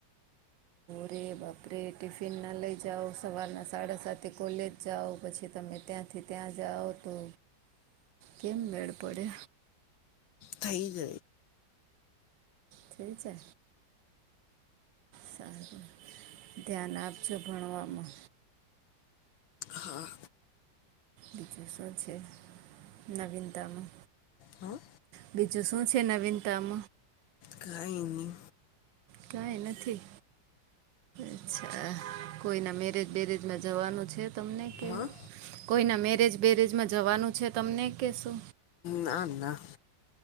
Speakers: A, on the right (about 75°); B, on the left (about 85°).
A: દરે બાપરે ટિફિન ના લઈ જાઓ સવારના સાડા સા કોલેજ જાઓ પછી તમે ત્યા થી ત્યાં જાઓ તો કેમ મેળ પડે
B: થઈ જ
A: થીક છે. સારું ધ્યાન આપજો ભણવામા
B: હા
A: બજૂસો છે, નવીનતામા
B: હા
A: બીજું શું છે, નવીનતામ
B: કાયની
A: કઈ નથી. અચ્છા કોઈના મેરેજ બેરેજમાં જવાનું છે, તમને કે
B: હા
A: કોઈ ના મેરેજ બેરેજમા જવાનું છે, તમને કેશુ.
B: ના ના